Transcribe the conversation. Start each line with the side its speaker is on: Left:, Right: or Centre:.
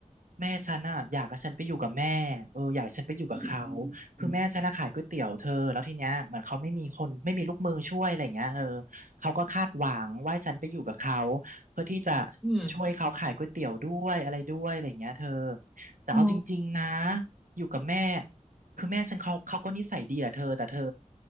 Right: แม่ฉันอ่ะอยากให้ฉันไปอยู่กับแม่เอออยากให้ฉันไปอยู่กับเขา
Centre: อืม
Right: คือแม่ฉันน่ะขายก๋วยเตี๋ยวเธอ แล้วทีเนี้ยเหมือนเขาไม่มีคนไม่มีลูกมือช่วยอะไรเงี้ยเออเขาก็คาดหวังว่าให้ฉันไปอยู่กับเขาเพื่อที่จะ
Centre: อืม
Right: ช่วยเขาขายก๋วยเตี๋ยวด้วยอะไรด้วยอะไรเงี้ยเธอแต่เอาจริงๆนะ
Centre: อ๋อ
Right: อยู่กับแม่คือแม่ฉันเขาเขาก็นิสัยดีแหละเธอแต่เธอ